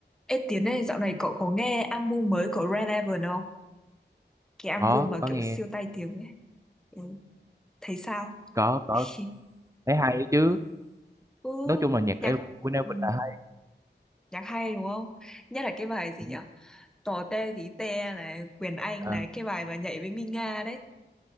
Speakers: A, in the centre; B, on the right.
A: Ê Tiến này dạo này cậu có nghe album mới của Red Evan không? Cái album
B: có
A: mà
B: có
A: kiểu
B: nghe
A: siêu tai tiếng ấy. Ừ, thấy sao?
B: có có
A: <laughs>
B: thấy hay ấy chứ
A: Ừ,
B: nói chung là nhạc
A: nhạc
B: của Queen Elvin
A: ừ,
B: là hay
A: nhạc hay đúng không? Nhất là cái bài gì
B: đúng
A: nhỉ?
B: rồi
A: Tò te tí te này, Quyền Anh
B: Ờ,
A: này, cái bài mà nhảy với Minga đấy.